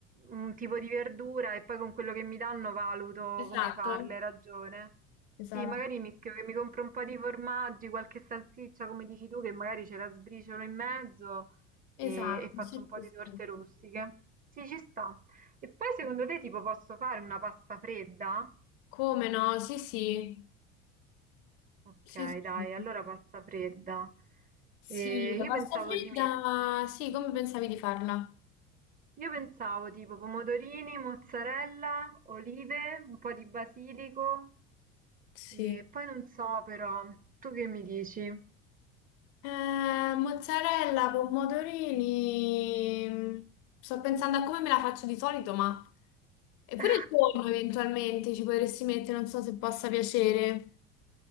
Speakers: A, on the right; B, on the left.
A: un tipo di verdura e poi con quello che mi danno valuto
B: Esatto.
A: come farle, hai ragione.
B: Esatto,
A: Sì, magari mi scrivo che mi compro un po' di formaggi, qualche salsiccia, come dici tu, che magari ce la sbriciolo in mezzo
B: esatto,
A: e, e faccio
B: sì,
A: un po'
B: sì,
A: di torte
B: sì.
A: rustiche. Sì, ci sta. E poi secondo te tipo posso fare una pasta fredda?
B: Come no? Sì, sì,
A: Okay,
B: sì, sì.
A: dai, allora pasta fredda.
B: Sì,
A: E
B: la
A: io
B: pasta
A: pensavo
B: fredda,
A: di me-
B: sì, come pensavi di farla?
A: io pensavo tipo pomodorini, mozzarella, olive, un po' di basilico
B: Sì.
A: e poi non so però, tu che mi dici?
B: Eh, mozzarella, pomodorini, mm, sto pensando a come me la faccio di solito, ma... Eppure
A: <laughs>
B: il tonno eventualmente ci potresti mettere, non so se possa piacere.